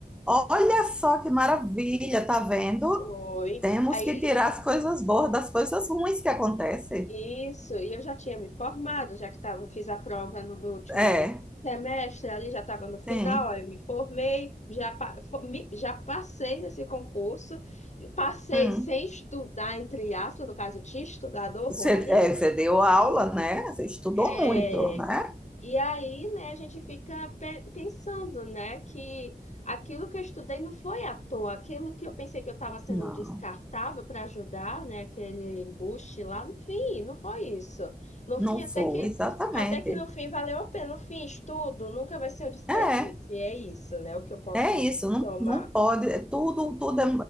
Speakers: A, in the centre; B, on the left.
A: Olha só que maravilha, tá vendo?
B: Oi.
A: Temos
B: Aí
A: que tirar as coisas boas das coisas ruins que acontecem.
B: Isso, e eu já tinha me formado, já que tava, fiz a prova no meu último
A: É,
B: semestre, ali já estava no final,
A: sim.
B: aí eu me formei, já, pa- fo- me- já passei nesse concurso, e passei
A: Hum.
B: sem estudar, entre aspas, no caso, eu tinha estudado horrores.
A: Você, é, você deu aula, né? Você estudou
B: é,
A: muito, né?
B: e aí, né, a gente fica pe- pensando, né, que aquilo que eu estudei não foi à toa, aquilo que eu pensei que eu estava sendo
A: Não,
B: descartável para ajudar, né, aquele embuste lá, no fim, não foi isso. No
A: não
B: fim, até
A: foi,
B: que,
A: exatamente.
B: até que no fim valeu a pena. No fim, estudo nunca vai ser um desperdício.
A: É,
B: E é isso, né, o que eu posso
A: é isso, não,
B: tomar.
A: não pode. é Tudo, tudo é-